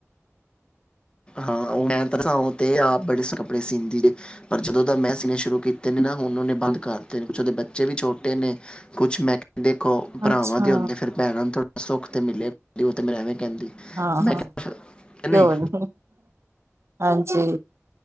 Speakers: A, on the left; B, on the right.
A: ਹਾਂ ਓ ਮੈਂ ਤਸਾ ਤੇ ਆਪ ਬੜੇ ਕੱਪੜੇ ਸੀਂਦੀ ਦੇ, ਪਰ ਜਦੋਂ ਦਾ ਮੈਂ ਸੀਣੇ ਸ਼ੁਰੂ ਕੀਤੇ ਨੇ ਨਾ, ਹੁਣ ਉਹਨੇ ਬੰਦ ਕਰ ਤੇ ਨੇ ਕੁੱਛ ਉਹਦੇ ਬੱਚੇ ਵੀ ਛੋਟੇ ਨੇ ਕੁਛ ਮੈਂ ਦੇਖੋ ਭਰਾਵਾਂ
B: ਅੱਛਾ
A: ਦੇ ਹੁੰਦੇ, ਫੇਰ ਭੈਣਾਂ ਨੂੰ ਥੋੜ੍ਹਾ ਸੁੱਖ ਤੇ ਮਿਲੇ ਉਹ ਤੇ ਮੈਂ ਐਵੇਂ ਕਹਿੰਦੀ
B: ਹਾਂ,
A: ਮੈਂ
B: ਹਾਂ
A: ਕਿਹਾ
B: ਕਿਓ
A: ਨਹੀਂ
B: ਨੀ ਹਾਂਜੀ